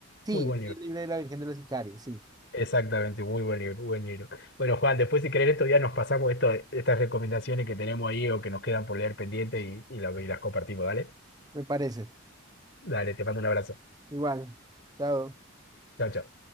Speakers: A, on the right; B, on the left.
A: Sí,
B: Muy buen libro.
A: es el libro de la Virgen de los Sicarios, sí,
B: Exactamente, muy buen libro, buen libro. Bueno, Juan, después si querés estos días nos pasamos esto, estas recomendaciones que tenemos ahí o que nos quedan por leer pendiente y, y, la- y las compartimos, ¿dale?
A: me parece.
B: Dale, te mando un abrazo.
A: Igual, chao.
B: Chao, chao.